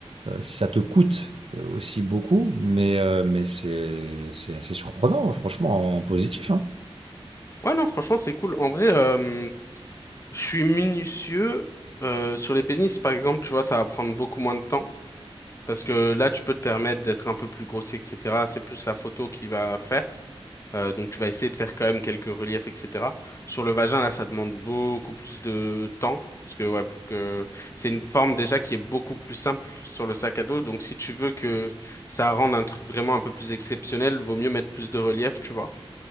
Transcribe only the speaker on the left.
Ouais, non, franchement, c'est cool. En vrai, euh, je suis minutieux euh, sur les bénisses, par exemple, tu vois, ça va prendre beaucoup moins de temps. Parce que là, tu peux te permettre d'être un peu plus grossier, etc. C'est plus la photo qui va faire. Euh, donc, tu vas essayer de faire quand même quelques reliefs, etc. Sur le vagin, là, ça demande beaucoup plus de temps. Parce que, ouais, pour que. C'est une forme déjà qui est beaucoup plus simple sur le sac à dos. Donc, si tu veux que ça rende un truc vraiment un peu plus exceptionnel, vaut mieux mettre plus de relief, tu vois.